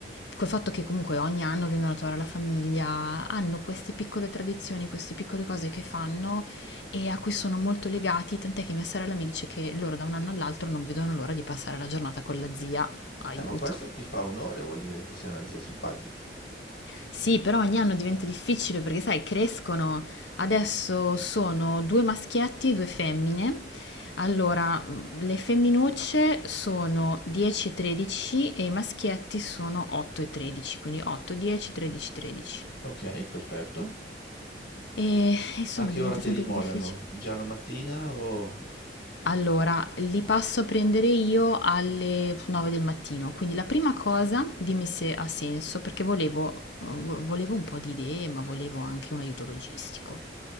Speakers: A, on the left; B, on the left.
A: col fatto che comunque ogni anno vengono a trovare la famiglia, hanno queste piccole tradizioni, queste piccole cose che fanno e a cui sono molto legati, tant'è che mia sorella mi dice che loro da un anno all'altro non vedono l'ora di passare la giornata con la zia, aiuto.
B: Eh, ma questo ti fa onore, vuol dire che sei una zia simpatica.
A: Sì, però ogni anno diventa difficile perché, sai, crescono. Adesso sono due maschietti e due femmine. Allora, mh, le femminucce sono 10 e 13 e i maschietti sono 8 e 13, quindi 8, 10, 13, 13.
B: Ok, perfetto.
A: E insomma
B: A che
A: diventa
B: ora te
A: sempre
B: li mollano?
A: più difficile.
B: Già la mattina o...
A: Allora, li passo a prendere io alle 9 del mattino, quindi la prima cosa, dimmi se ha senso, perché volevo, vo- volevo un po' di idee, ma volevo anche un aiuto logistico.